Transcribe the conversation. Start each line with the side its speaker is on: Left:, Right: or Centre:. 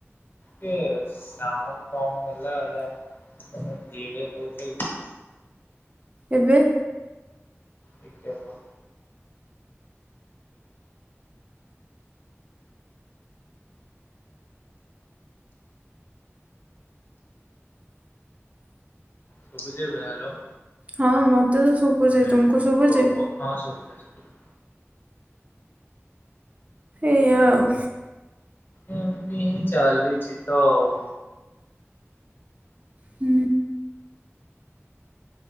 Left: ଟିକେ ସାଉଣ୍ଡ କମ୍ ହେଲା ଏୟା। ତୋମେ ଧିରେ କହୁଚକି?
Right: ଏବେ।
Left: ଟିକେ ରୁହ। ଶୁଭୁଛି ଏବେ, ହ୍ୟାଲୋ।
Right: ହଁ ମୋର୍ ମୋତେ ତ ଶୁଭୁଛି।
Left: ହୁଁ
Right: ତୁମକୁ ଶୁଭୁଚି?
Left: କୁହ କୁହ ହଁ ଶୁଭିଲା ଶୁଭିଲା।
Right: ଏଇ ଆଉ।
Left: ଏମତି ହିଁ ଚାଲିଚି ତଉ।
Right: ହୁଁ।